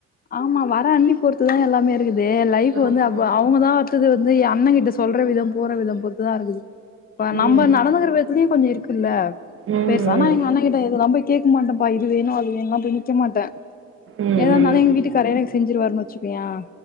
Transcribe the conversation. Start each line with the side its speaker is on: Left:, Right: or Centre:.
Left: ஆமா வர அண்ணி பொறுத்துதான் எல்லாமே இருக்குது இது லைஃப்
Right: ஆமா
Left: வந்து அப்ப அவங்க தான் அடுத்தது வந்து அண்ணன் கிட்ட சொல்ற விதம் போற விதம் பொறுத்துதான் இருக்குது இப்ப
Right: ம்
Left: நம்ம நடந்துகிற கொஞ்சம் இருக்குல்ல
Right: ம் ம்
Left: பெருச ஆனா எங்க அண்ண கிட்டது ரொம்ப கேக்க மாட்டேன்பா இது வேணும் அது வேணலாம் நிக்க மாட்டேன்
Right: ம் ம்
Left: ஏதாலும் எங்க வீட்டுக்காரே எனக்கு செஞ்சுருவாருனு வச்சிகோயன்